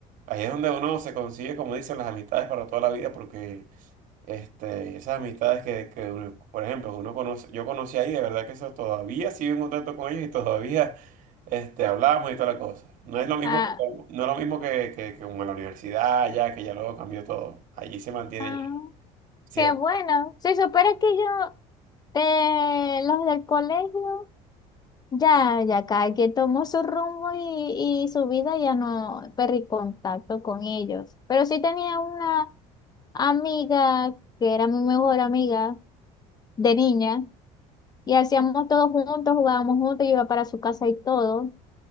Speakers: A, on the right (about 60°); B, on the left (about 25°).
A: Ahí es donde uno se consigue, como dicen, las amistades para toda la vida, porque este, y esas amistades que, que uno- por ejemplo, uno conoce, yo conocí ahí, de verdad que eso todavía sigo en contacto con ellos y todavía este, hablamos y toda la cosa. No es lo mismo
B: Ah,
A: que, como- no es lo mismo que, que, que como en la universidad, ya que ya luego cambió todo. Allí se mantiene
B: ah,
A: ya
B: qué bueno. Si supera que yo, eh, los del colegio, ya, ya cada quien tomó su rumbo y, y su vida, ya no perdí contacto con ellos. Pero sí tenía una amiga que era mi mejor amiga de niña Y hacíamos todos juntos, jugábamos juntos, yo iba para su casa y todo.